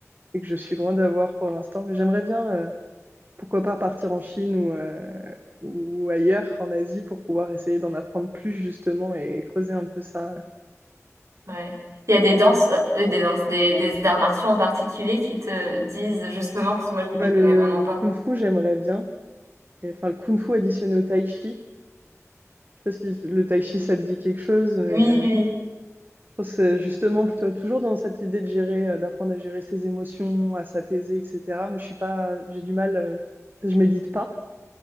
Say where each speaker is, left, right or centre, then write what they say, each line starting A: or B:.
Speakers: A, on the right (about 40°); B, on the right (about 65°).
A: et que je suis loin d'avoir pour l'instant. Mais j'aimerais bien, euh, pourquoi pas, partir en Chine ou, euh, ou ailleurs, en Asie, pour pouvoir essayer d'en apprendre plus, justement, et creuser un peu ça.
B: Ouais. Il y a des danses, euh, euh, des danses, des, des arts martiaux en particulier qui te disent justement, parce que moi je
A: Bah,
B: m'y connais
A: le,
B: vraiment
A: le
B: pas.
A: kung-fu, j'aimerais bien. Et, enfin, le kung-fu additionné au tai chi. Je sais pas si le tai chi, ça te dit quelque chose, mais...
B: Oui,
A: euh,
B: oui,
A: Je pense euh, justement plutôt toujours dans cette idée de gérer, euh, d'apprendre à gérer ses émotions, à s'apaiser, etc. Mais je suis pas, j'ai du mal, euh, je médite pas.